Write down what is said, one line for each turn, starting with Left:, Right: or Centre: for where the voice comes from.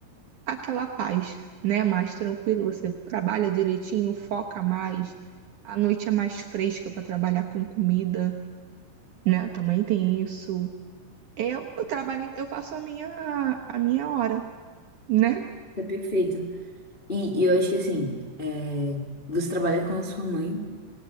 Right: aquela paz, né? Mais tranquilo, você trabalha direitinho, foca mais. A noite é mais fresca para trabalhar com comida, né? Também tem isso. Eu, eu trabalho, em- eu faço a minha, a minha hora. Né?
Left: É perfeito. E, e eu acho que, assim, é, você trabalha com a sua mãe.